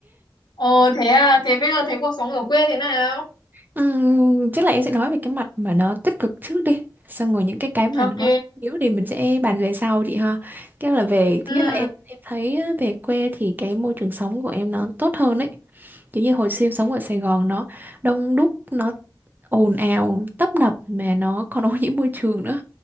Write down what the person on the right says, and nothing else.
Ừm, chắc là em sẽ nói về cái mặt mà nó tích cực trước đi xong rồi những cái cái mà
nó yếu thì mình sẽ bàn về sau chị ha cái là về thứ
nhất là em em thấy á, về quê thì cái môi trường sống của em nó tốt hơn ấy kiểu như hồi xưa em sống ở Sài Gòn nó đông đúc nó ồn ào tấp nập mà nó còn ô nhiễm môi trường nữa